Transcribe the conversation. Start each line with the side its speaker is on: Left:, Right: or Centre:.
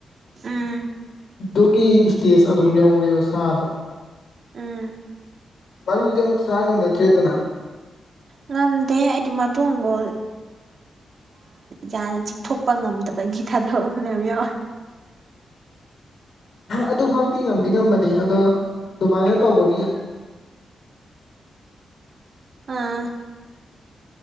Right: ꯎꯝ
Left: ꯑꯗꯨꯒꯤ ꯏꯁꯇꯦꯖ ꯑꯗꯨꯝ ꯌꯧꯦꯕ ꯁꯥꯗꯣ
Right: ꯎꯝ
Left: ꯃꯔꯕꯥꯨꯗꯤ ꯌꯥꯝ ꯆꯥ ꯉꯝꯅꯗ꯭ꯔꯦꯗꯅ
Right: ꯉꯝꯗꯦ ꯑꯩꯗꯤ ꯃꯇꯣꯡꯕꯨ ꯌꯥꯅ ꯆꯤꯡꯊꯣꯛꯄ ꯉꯝꯗꯕꯒꯤ ꯊꯥꯗꯕ ꯐꯅꯌꯥꯝ ꯌꯥꯎꯋꯦ
Left: ꯑꯗꯨ ꯐꯥꯎꯗꯤꯤ ꯉꯝꯗꯤ ꯉꯝꯕꯅꯤ ꯑꯗꯣ ꯑꯗꯨꯃꯥꯏꯅ ꯇꯧꯕꯒꯤ
Right: ꯑꯥ